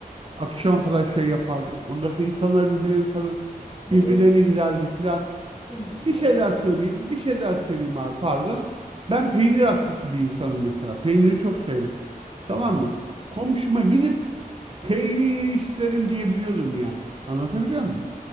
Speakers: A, on the right (about 35°); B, on the left (about 35°).
A: Akşama kadar şey yapardık. Ondan sonra insanlar birbirlerini tanır,
B: Neresi
A: birbirlerine giderdi filan.
B: Giresun muydu?
A: Bir
B: Neresi?
A: şey daha söyleyeyim, bir şey daha söyleyeyim abi pardon. Ben peynir hastası bir insanım mesela. Peyniri çok severim. Tamam
B: Ha,
A: mı? Komşuma gidip peynir isterim diyebiliyordum yani. Anlatabiliyor muyum?